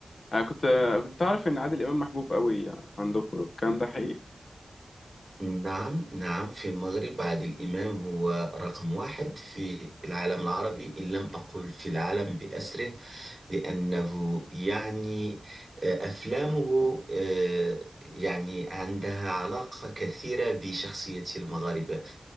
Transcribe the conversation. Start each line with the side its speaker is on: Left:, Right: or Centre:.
Left: انا كنت كنت اعرف ان عادل امام محبوب قوي عندكم الكلام ده حقيقي
Right: نعم نعم في المغرب عادل إمام هو رقم واحد في العالم العربي إن لم أقل في العالم بأسره لأنه يعني آه، أفلامه آه، يعني عندها علاقة كثيرة بشخصية المغاربة